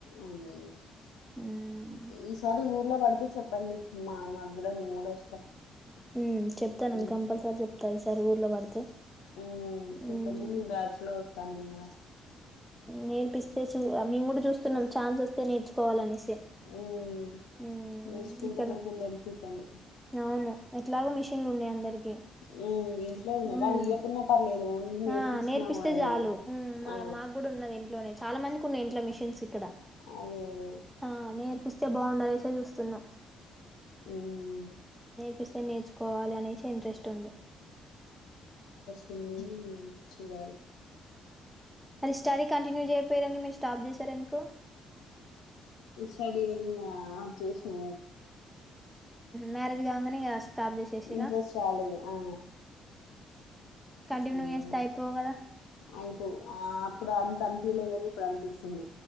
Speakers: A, on the left; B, in the centre.
A: అదే
B: ఉమ్
A: ఈసారి ఊర్లో పడితే చెప్పండి మా నాకు కూడా నేను కూడా వస్తా
B: ఉమ్ చెప్తానండి
A: హ్మ్
B: కంపల్సరీ చెప్తాను ఈసారి ఊర్లో పడితే
A: హ్మ్ చెప్పండి
B: ఉమ్
A: మీ బ్యాచ్ లో వస్తా నేను కూడా
B: నేర్పిస్తే చూ మేము కూడా చూస్తున్నాం ఛాన్స్ వస్తే నేర్చుకోవాలినేసి
A: హ్మ్
B: ఉమ్
A: నేర్చుకుంటే
B: ఇక్కను
A: కొంచెం బెనిఫిట్ అని
B: అవును ఎట్లాగ మిషిన్లు ఉన్నాయి అందరికి
A: హ్మ్ ఇంట్లో ఉన్నాయి
B: ఉమ్
A: వాళ్ళు ఇయ్యకున్నా పర్లేదు ఓన్లీ నేర్పించినా
B: ఆ నేర్పిస్తే
A: ఏం
B: చాలు
A: కాదు
B: మా
A: ఆ
B: మాకు కూడా ఉన్నది ఇంట్లోనే చాలా మంది ఉన్నాయి ఇంట్లో మిషన్స్ ఇక్కడా
A: అదే అదే
B: ఆ నేన్ పస్తే బాగుండాలసే చూస్తున్నాం
A: ఉమ్
B: పిసే నేచుకోవాలి అ ఇంట్రెస్ట్ ఉంది
A: తుమ్ీ చూడల్
B: మరి స్టడీ కంటిన్యూ చేయపోయారని మీరు స్టాప్ చేసార ఎందుకు
A: సర ఇంగ ఆ చే వసిన
B: మ్యారేజ్ కాగానే కాస్తా స్ాబ్ చే చేసిరా
A: ఇంట్రెస్ట్ రాలేదు ఆ
B: కంటిన్యూ
A: హ్మ్
B: చేస్తే అయిపోగదా
A: అయిపో ఆ అప్పుడు అంత అనిపిలే కానీ ఇప్పుడు అనిపిస్తుంది